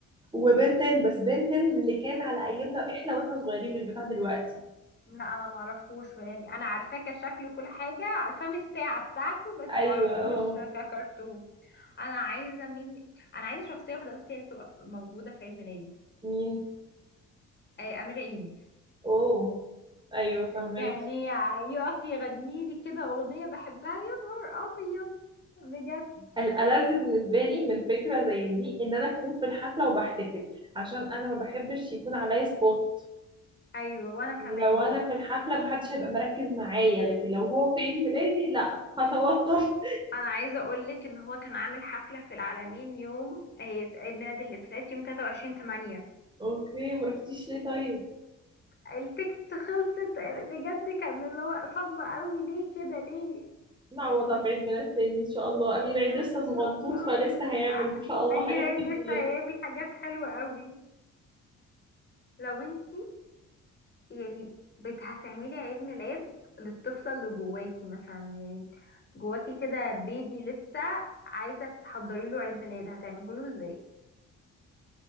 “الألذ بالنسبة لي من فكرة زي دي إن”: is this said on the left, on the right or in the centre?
Right